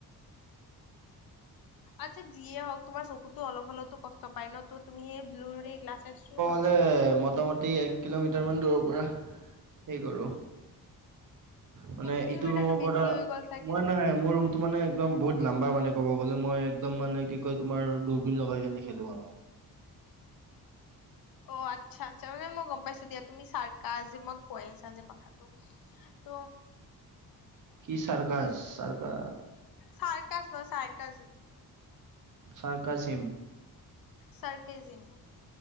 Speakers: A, on the left; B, on the right.
A: আচ্ছা যিয়ে হওক তোমাৰ চকুতো অলপ হলেতো কষ্ট পায় ন ত তুমি সেই ব্লু গ্লাছেছটো
B: কে মোটামুটি এক কিলোমিটাৰমান দূৰৰ পৰা হে কৰোঁ মানে
A: এক কিলোমিটাৰটো
B: ইটো ৰুমৰ পৰা
A: বেছি হৈ গ'ল
B: মই
A: চাগে
B: নহয় মোৰ ৰুমটো মানে একদম বহুত লাম্বা মানে ক'ব গ'লে মই একদম মানে কি কয় তোমাৰ দূৰবিন লগাই কেনে খেলো আৰো
A: অ আচ্ছা আচ্ছা মানে মই গম পাইছো দিয়া তুমি চাৰ্ কাজিমত কৈ আছা যে কথাটো তো
B: কি চাৰ্কাছ চাৰ্কাছ
A: চাৰ্কাছ নহয় চাইৰ্কাছ
B: চাৰকাজিম
A: চাৰকেজিম